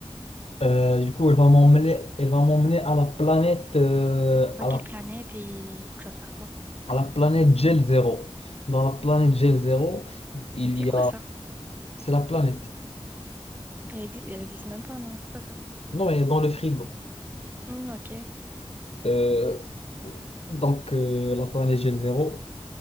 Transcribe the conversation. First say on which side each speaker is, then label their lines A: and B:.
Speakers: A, on the left (about 70°); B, on the right (about 20°).
A: Euh, du coup, elle va m'emmener, elle va m'emmener à la planète, euh,
B: À
A: à
B: quelle
A: la,
B: planète et tu vas faire quoi?
A: à la planète Gel Zero. Dans la planète Gel Zero, il
B: C'est
A: y
B: quoi
A: a,
B: ça?
A: c'est la planète.
B: Elle exi- elle existe même pas, non, c'est pas ça.
A: Non, elle est dans le frigo.
B: Hmm, ok. Et
A: Euh, donc, euh, la planète Gel Zero,